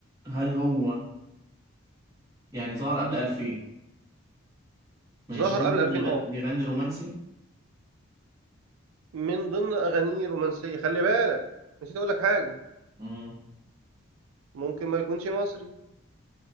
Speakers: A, on the right (about 15°); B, on the right (about 80°).
A: هل هو يعني ظهر قبل 2000 ماشي
B: ظهر
A: هل هو
B: قبل 2000
A: بيغني,
B: اه
A: بيغني رومانسي؟
B: من ضمن اغانيه رومانسيه خلي بالك نسيت اقول لك حاجه
A: مم.
B: ممكن ما يكونش مصري